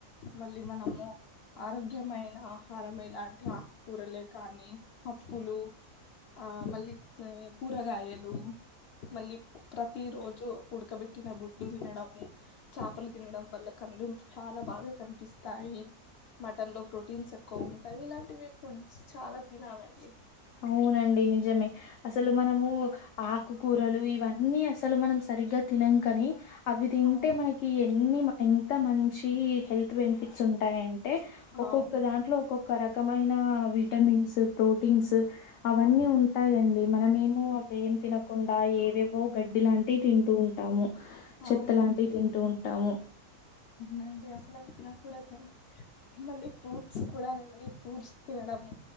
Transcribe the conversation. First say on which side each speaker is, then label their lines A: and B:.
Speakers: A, on the left (about 85°); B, on the left (about 65°).
A: మళ్ళీ మనము ఆరోగ్యమైన ఆహారం ఇలాంటి ఆకుకూరలే కానీ పప్పులు ఆ మళ్ళీ కూరగాయలు మళ్ళీ ప్రతి రోజు ఉడకబెట్టిన గుడ్డు తినడము చేపలు తినడం వల్ల కన్ను చాలా బాగా కనిపిస్తాయి మటన్ లో ప్రోటీన్స్ ఎక్కువ ఉంటాయి ఇలాంటివి ఫుడ్స్ చాలా తినాలండి
B: అవునండి నిజమే అసలు మనం ఆకుకూరలు ఇవన్నీ అసలు మనం సరిగ్గా తినం కాని అవి తింటే
A: అవును
B: మనకి ఎన్ని అన్ని ఎంత మంచి హెల్త్ బెనిఫిట్స్ ఉంటాయిండి ఒకొక్కదంట్లో
A: అవును
B: ఒక్కొక్క రకమైన విటమిన్స్ ప్రోటీన్స్ అవి అన్ని
A: ఆ
B: టె ఉంటాయిండి మనమేమో అవి ఏం తినకుండా ఏవేవో గడ్డి లాంటివి తింటూ ఉంటాము చెత్త
A: అవునండి
B: లాంటివి తింటూ ఉంటాము
A: నండి అసలు చి నాక్ కూడా మళ్ళీ ఫ్రూట్స్ కూడా రండి ఫ్రూట్స్ తినడము